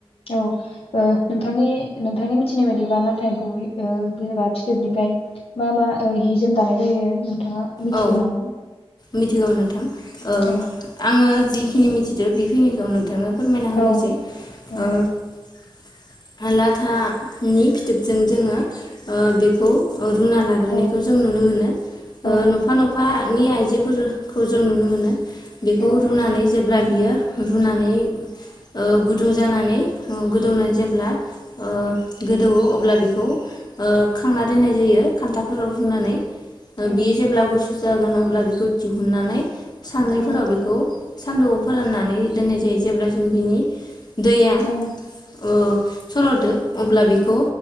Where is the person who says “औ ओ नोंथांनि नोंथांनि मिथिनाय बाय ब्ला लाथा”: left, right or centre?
Left